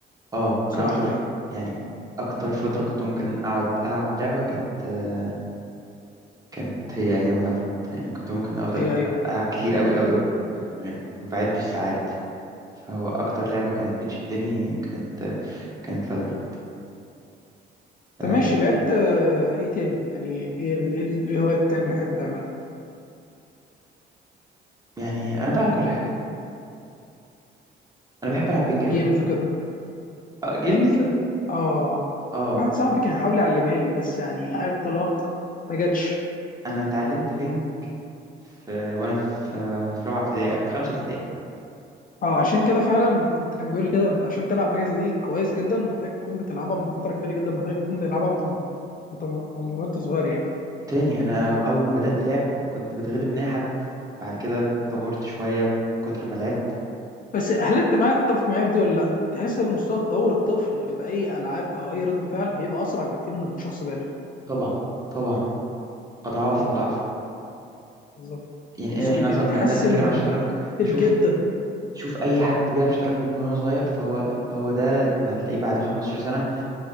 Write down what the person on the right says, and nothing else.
اه
انا اكتر
يعني اكتر فتره كنت ممكن اقعد العب لعبه كانت آه، كانت هي ايام فالورنت يعني كنت ممكن افضل
العب كتير قوي قوي قوي ما بعدش ساعات فهو أكتر لعبة كانت بتشدني كانت كانت فالور آه
يعني أنا بلعب كل حاجة أنا بحب ألعب بينج قوي
آه جيمز
آه
أنا اتعلمت بينج في وأنا في في رابعة ابتدائي في خمسة ابتدائي
تاني أنا أول ما بدأت لعب كنت بتغلب من أي حد بعد كده اتطورت شوية من كتر ما لعبت
طبعا طبعا أضعاف
مضاعفة
يعني إيه،
إحنا
أصلا بما إننا بنتكلم عن الشطرنج
شوف
شوف أي حد بيلعب شطرنج من وهو صغير فهو هو ده ما هتلاقيه بعد 15 سنة